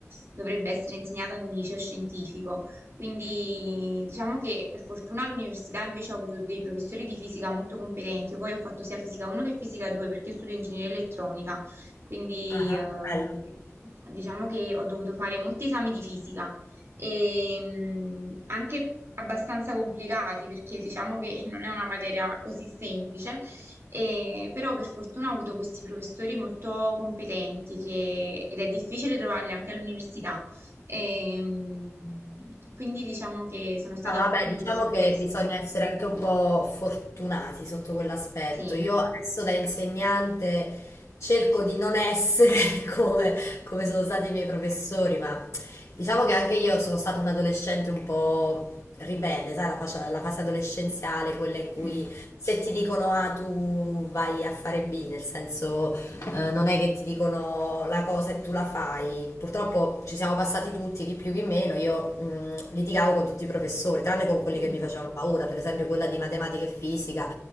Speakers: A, on the right; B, on the left.
A: dovrebbe essere insegnata ad un liceo scientifico. Quindi diciamo che per fortuna all'università invece ho avuto dei professori di fisica molto competenti. Io Poi ho fatto sia fisica 1 che fisica 2 perché io studio ingegneria elettronica, quindi
B: Ah,
A: eh,
B: bello.
A: di- diciamo che ho dovuto fare molti esami di fisica e mm, anche abbastanza complicati perché diciamo che non è una materia così semplice e- però per fortuna ho avuto questi professori molto competenti che- ed è difficile trovarli anche all'università. Ehm, quindi diciamo che sono stata
B: No, vabbè,
A: fortunata
B: diciamo
A: su
B: che
A: questo.
B: bisogna essere anche un po' fortunati sotto quell'aspetto.
A: Sì.
B: Io adesso da insegnante cerco di non essere <laughs> come, come sono stati i miei professori, ma diciamo che anche io sono stata un adolescente un po' ribelle, sai, la faccia- la fase adolescenziale, quella in
A: Mm,
B: cui se ti dicono A tu vai a fare B, nel senso eh, non è che ti dicono la cosa e tu la fai. Purtroppo ci siamo passati tutti, chi più chi meno. Io mh, litigavo con tutti i professori, tranne con quelli
A: mm.
B: che mi facevano paura, per esempio quella di matematica e fisica.